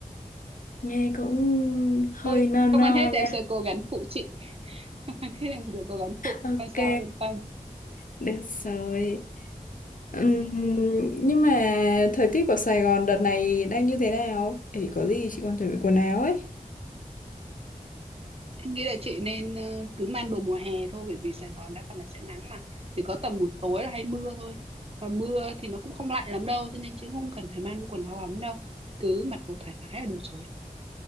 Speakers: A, on the left; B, on the right.
A: nghe cũng hơi
B: thôi
A: no no
B: không ăn hết thì
A: nha.
B: em sẽ cố gắng phụ chị <laughs> không ăn hết em sẽ cố gắng phụ
A: Ok,
B: không sao yên tâm
A: được rồi. Ừm, nhưng mà thời tiết của Sài Gòn đợt này đang như thế nào? Thì có gì chị còn chuẩn bị quần áo ấy.
B: em nghĩ là chị nên ờ, cứ mang đồ mùa hè thôi bởi vì Sài Gòn đa phần là sẽ nắng mà chỉ có tầm buổi tối là hay mưa thôi và mưa thì nó cũng không lạnh lắm đâu cho nên chị cũng không cần phải mang quần áo ấm đâu cứ mặc đồ thoải mái là được rồi